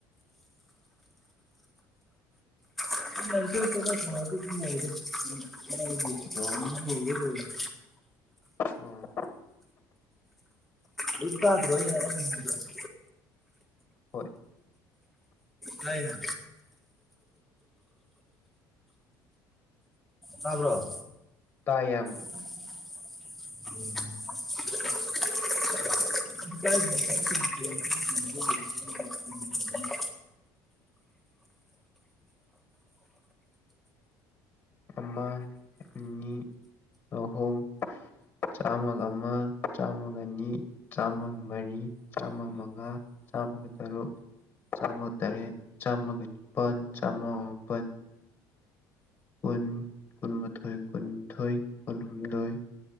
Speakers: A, in the centre; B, on the left (about 20°).
A: <inaudible>
B: ꯑꯣ ꯎꯝ
A: ꯀꯦꯝ ꯇꯥꯗꯔꯣ ꯑꯩꯅ ꯉꯥꯡꯕꯁꯦ
B: ꯍꯣꯏ
A: ꯇꯥꯏꯍꯦ ꯇꯥꯕ꯭ꯔꯣ
B: ꯇꯥꯏ ꯇꯌꯥꯝꯕ
A: ꯎꯝ <inaudible>
B: ꯑꯃ ꯑꯅꯤ ꯑꯍꯨꯝ ꯆꯥꯝꯃꯒ ꯑꯃ ꯆꯥꯝꯃꯒꯑꯅꯤ ꯆꯥꯝꯃꯒ ꯃꯔꯤ ꯆꯥꯝꯃ ꯃꯉꯥ ꯆꯥꯝꯃꯒ ꯇꯔꯨꯛ ꯆꯥꯝꯃ ꯇꯔꯦꯠ ꯆꯥꯝꯃꯒ ꯅꯤꯄꯥꯟ ꯆꯥꯝꯃ ꯃꯥꯄꯟ ꯀꯨꯟ ꯀꯨꯟꯃꯥꯊꯣꯏ ꯀꯨꯟꯅꯤꯊꯣꯏ ꯀꯨꯜꯍꯨꯝꯗꯣꯏ